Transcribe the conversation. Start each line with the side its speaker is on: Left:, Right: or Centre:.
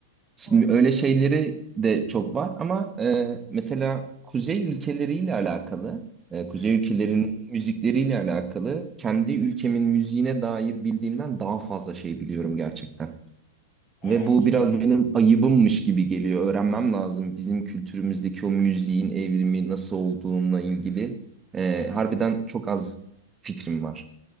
Right: Şimdi
Left: Olabilir.
Right: öyle şeyleri
Left: Bilmiyorum.
Right: de çok var ama e, mesela kuzey ülkeleriyle alakalı, e, kuzey
Left: Hı hı.
Right: ülkelerinin müzikleriyle alakalı kendi ülkemin
Left: Hı hı.
Right: müziğine dair bildiğimden daha fazla şey biliyorum gerçekten.
Left: Evet
Right: Ve bu
Left: çünkü.
Right: biraz benim ayıbımmış gibi geliyor. Öğrenmem lazım bizim kültürümüzdeki o müziğin evrimi nasıl olduğuna ilgili.
Left: Hı hı.
Right: Ee,
Left: Evet.
Right: harbiden çok az fikrim var.